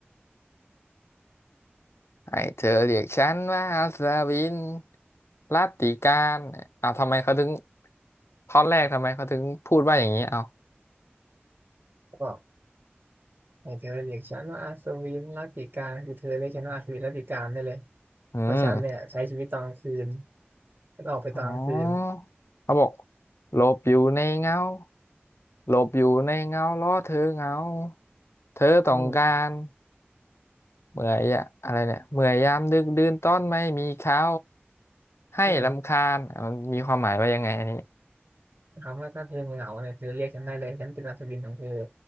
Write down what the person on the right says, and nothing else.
บอกให้เธอเรียกฉันว่าอาสวินรัตติกาคือเธอเรียกฉันว่าอาสวินรัตติกาได้เลย
เพราะฉันเนี่ยใช้ชีวิตตอนกลางคืนฉันออกไปตอนกลางคืน
อืม
อืมถามว่าถ้าเธอเหงาเนี่ยเธอเรียกฉันได้เลยฉันเป็นอัศวินของเธอ